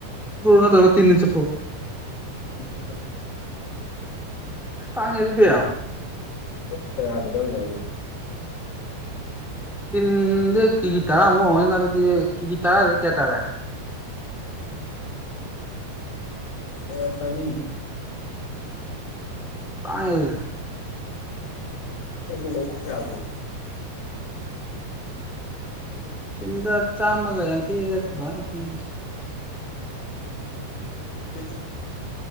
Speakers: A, in the centre; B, on the left (about 60°).
A: ꯅꯠꯇ꯭ꯔꯒ ꯇꯅꯤ ꯆ ꯄ꯭ꯔꯣ
B: ꯀꯦꯖꯤꯒ
A: ꯇꯥꯡꯉꯦ ꯑꯗꯨꯗꯤꯌꯥ
B: ꯀ ꯌꯥꯗꯗꯧꯒꯦ
A: ꯇꯤꯟꯗꯤꯦ ꯀꯦꯖꯤ ꯇꯔꯥꯃꯨꯛ ꯑꯣꯏꯉꯅꯤꯅ ꯑꯗꯨꯗꯤ ꯀꯦꯖꯤ ꯇꯔꯥꯗꯤ ꯀꯌꯥ ꯇꯥꯔꯦ
B: ꯁ ꯁꯅꯤ
A: ꯇꯥꯡꯗꯤ
B: ꯕꯨꯂ ꯈꯌꯥ ꯇ
A: ꯇꯤꯟꯗ ꯆꯥꯝꯃꯒ ꯌꯥꯝ ꯊꯤꯤ
B: ꯏ